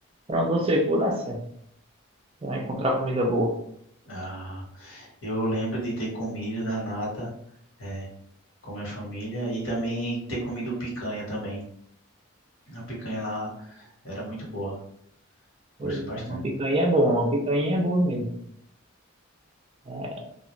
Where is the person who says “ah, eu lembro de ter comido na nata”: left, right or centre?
Left